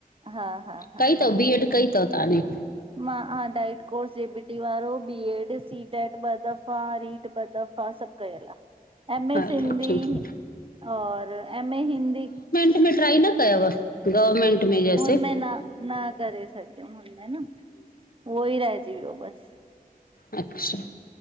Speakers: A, on the right; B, on the left.
A: हा हा हा
B: कई
A: हा
B: थव बीएड कई थव तहां ने
A: मां हा डाइट कोर्स जे बी टी वारो बी एड सी टेट ॿ दफ़ा रीट ॿ दफ़ा तहां सभ कयल आह एम एस
B: हलो
A: सिंधी
B: ठीकु
A: और एम ए हिंदी
B: गवर्नमेंट में ट्राई न कयव गवर्नमेंट में जैसे
A: हुनमें न न करे सघियम हुनमें न उहो ई रहजी वियो बस
B: अछा